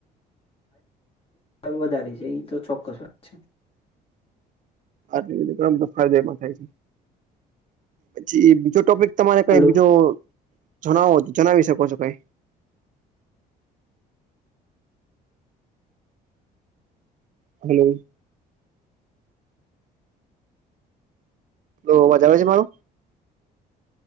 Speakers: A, on the left; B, on the right.
A: વધારી છે ઈ તો ચોક્કસ વાત છે.
B: આટલા બધામ પણ ફાયદાએ પણ થાય છે પછી બીજો ટોપિક તમારે કઈ
A: હલો
B: બીજું જણાવો તો જણાવી શકો છો કઈ. હલો. તો અવાજ આવે છે મારો